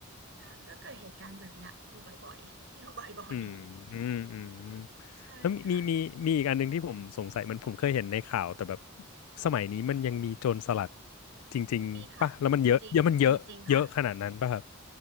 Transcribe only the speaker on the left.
อืมอืมอืม
แล้วมีมีมีมีอีกอันหนึ่งที่ผมสงสัยมันผมเคยเห็นในข่าวแต่แบบสมัยนี้มันยังมีโจรสลัดจริงๆป่ะแล้วมันเยอะเยอะมันเยอะเยอะขนาดนั้นป่ะครับ